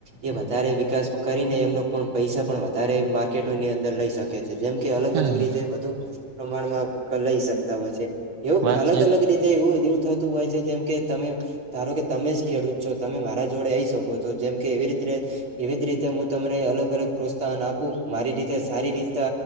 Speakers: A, on the right; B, on the right.
A: એ વધારે વિકાસ કરીને એમનો પણ પૈસા પણ વધારે માર્કેટની અંદર લઈ શકે છે જેમ કે અલગ
B: હા
A: અલગ રીતે વધુ પ્રમાણમાં લઈ શકતા હોય છે એવું
B: વાત
A: અલગ
B: સાચી
A: અલગ રીતે એવું એવું થતું હોય છે જેમ કે તમે ધારો કે તમે ખેડૂત છો તમે મારા જોડે આવી શકો છો જેમ કે એવી રીતે એવી જ રીતે હું તમને અલગ અલગ અલગ પ્રોત્સાહન આપું મારી રીતે સારી રીતે